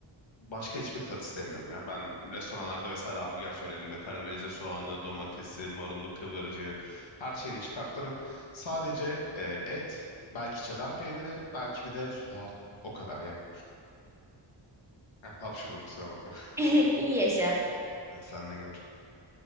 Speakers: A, on the left (about 75°); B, in the centre.
A: Başka hiçbir tat istemiyorum ya. Ben restoranlarda vesaire hamburger söylediğimde karamelize soğanı, domatesi, marulu, kıvırcığı her şeyini çıkartırım. Sadece e, et, belki çedar peyniri, belki bir de soğan. O kadar yani. Heh, hapşurdum kusura bakma.
B: <laughs> İyi yaşa.
A: <laughs> Sen ne gör.